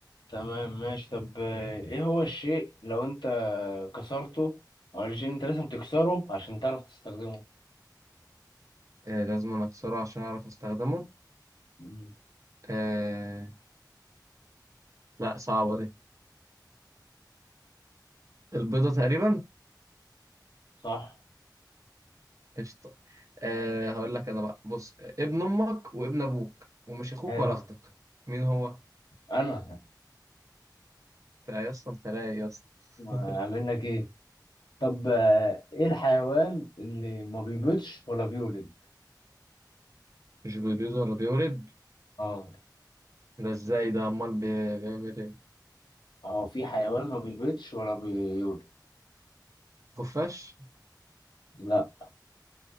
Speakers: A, on the left; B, on the right.
A: تمام ماشي طب آه، ايه هو الشيء لو انت كسرته او الشيء انت لازم تكسره عشان تعرف تستخدمه
B: آه لازم أنا أكسره عشان أعرف أستخدمه
A: مم.
B: آه لا صعبة دي البيضة تقريبا
A: صح
B: قشطة آه هقول لك أنا بقى بص ابن أمك وابن أبوك ومش أخوك
A: حلو
B: ولا أختك مين هو؟
A: انا
B: أنت يا اسطى أنت رايق يا اسطى
A: ما
B: <laughs>
A: اعمل لك ايه طب آه، ايه الحيوان اللي ما بيبيضش ولا بيولد
B: مش بيبيض ولا بيولد
A: اه
B: ده ازاي ده امال بي- بيعمل ايه
A: هو في حيوان ما بيبيضش ولا بيولد
B: خفاش
A: لا